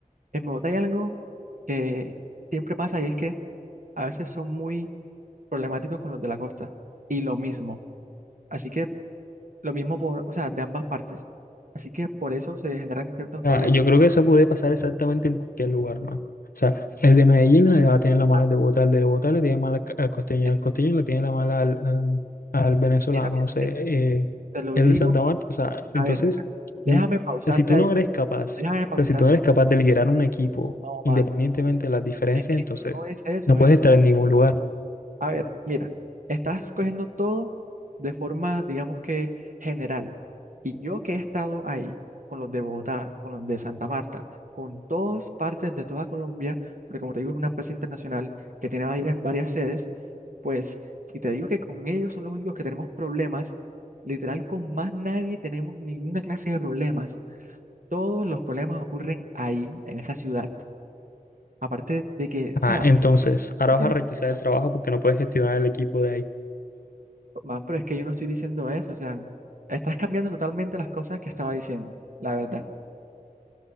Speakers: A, on the right (about 65°); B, on the left (about 85°).
A: en Bogotá hay algo que siempre pasa y es que a veces son muy problemáticos con los de la costa, y lo mismo. Así que lo mismo por, o sea, de ambas partes. Así que por eso se generan ciertos
B: Ah,
A: problemas.
B: yo creo que eso puede pasar exactamente en cualquier lugar, man. O sea, el de Medellín le va a tener la mala
A: Ah,
B: al de Bogotá, el de Bogotá le tiene mala al, al costeño,
A: mira,
B: el costeño le tiene la mala al, al- al venezolano,
A: mira, mira,
B: o sea,
A: mira.
B: eh,
A: Te lo
B: el
A: digo.
B: de Santa Marta, o sea,
A: A
B: entonces,
A: ver, déjame
B: no, o
A: pausarte
B: sea, si tú
A: ahí.
B: no eres capaz,
A: Déjame pausarte.
B: o sea, si tú no eres capaz de liderar un equipo
A: No,
B: independientemente
A: man.
B: de las diferencias,
A: Es que
B: entonces
A: no es eso.
B: no puedes estar en ningún lugar.
A: A ver, mira, estás cogiendo todo de forma, digamos que general. Y yo que he estado ahí con los de Bogotá, con los de Santa Marta, con todas partes de toda Colombia, porque como te digo, es una empresa internacional que tiene varias, varias sedes, pues si te digo que con ellos son los únicos que tenemos problemas, literal con más nadie tenemos ninguna clase de problemas. Todos los problemas ocurren ahí, en esa ciudad. Aparte de que, o sea,
B: Ah, entonces, ahora
A: no
B: vas
A: tiene
B: a rechazar
A: sentido.
B: el trabajo
A: ¿no?
B: porque no puedes gestionar el equipo de ahí.
A: Man, pero es que yo no estoy diciendo eso, o sea, estás cambiando totalmente las cosas que estaba diciendo, la verdad.